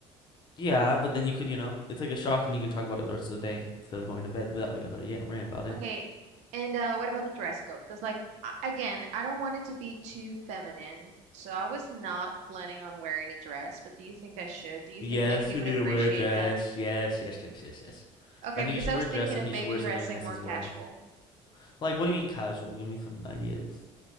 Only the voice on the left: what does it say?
yeah, but then you could, you know, it's like a shock and you can talk about it the rest of the day instead of going to bed without being able to yeah, rant about it.
Yes,
you
need
to wear a dress.
Yes, yes, yes, yes, yes.
I think
you should
wear a
dress and
he
should wear
something nice
as
well. Like, what do you mean casual? Give me some ideas.